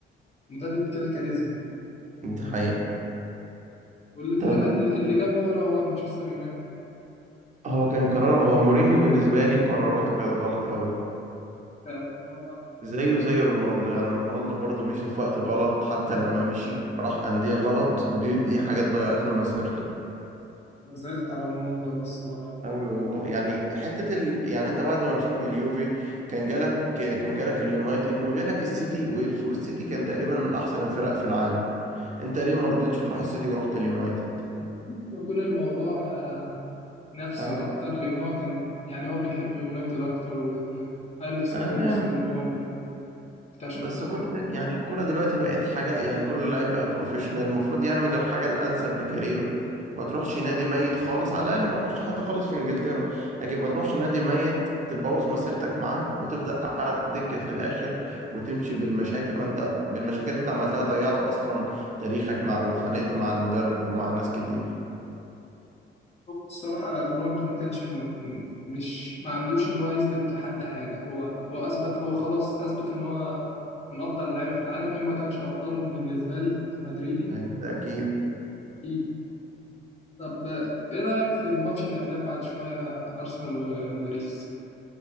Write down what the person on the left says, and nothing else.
مدرب كده كاريزما
واللي فعلا
اللي جابه ورا هو مانشستر يونايتد
فعلا هو
ما زعلت على رونالدو الصراحه
ممكن يكون الموضوع آه، نفسي
أكتر لأن هو كان يعني هو بيحب يونايتد أكتر وإن أليكس
فيرجسون
هو اللي اكتشفه
وكده
هو الصراحة رونالدو ما كانش م... مش ما عندوش إن هو يثبت لحد حاجة هو هو أثبت هو خلاص أثبت إن هو من أفضل اللعيبة في العالم إما كانش أفضلهم بالنسبة لي كمدريدي
أكيد طب آه، إيه رأيك في الماتش اللي هيتلعب بعد شوية أرسنال وباريس؟